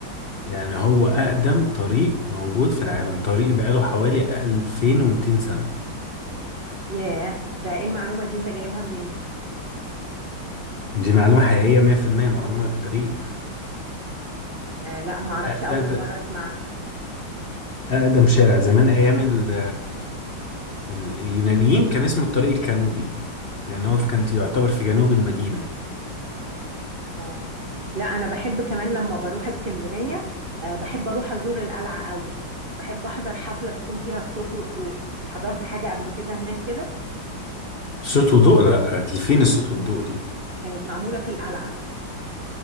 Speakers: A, on the left; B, on the right.
A: يعني هو اقدم طريق موجود في العالم طريق بقاله حوالي 2200 سنة
B: ياه ده ايه المعلومة دي انت جايبها منين
A: دي معلومة حقيقية 100% معلومة للتاريخ
B: آه لا ما اعرفش
A: أقدم,
B: اول مرة اسمعها
A: أقدم شارع زمان أيام ال ال اليونانيين كان اسمه الطريق الكانوبي لأن هو كان يعتبر في جنوب المدينة
B: اه لا انا بحب كمان لما بروح اسكندرية آه بحب اروح ازور القلعة قوي وبحب احضر حفلة تكون فيها الصوت والضوء حضرت حاجة قبل كده هناك كده
A: صوت وضوء لا دي فين الصوت والضوء دي
B: كانت معمولة في القلعة